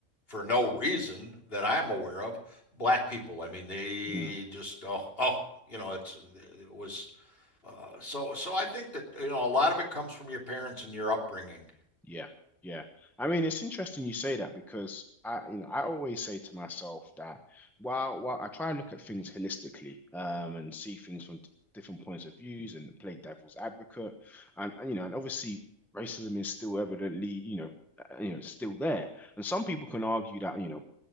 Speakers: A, on the left; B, in the centre.
A: for no reason that I'm aware of black people. I mean, they
B: Hmm.
A: just oh oh you know it's it was uh, so so I think that you know a lot of it comes from your parents and your upbringing.
B: Yeah, yeah. I mean, it's interesting you say that because I, you know, I always say to myself that while while I try and look at things holistically, um, and see things from d- different points of views and play devil's advocate, and, and you know, and obviously racism is still evidently, you know, uh, you know, it's still there. And some people can argue that, you know,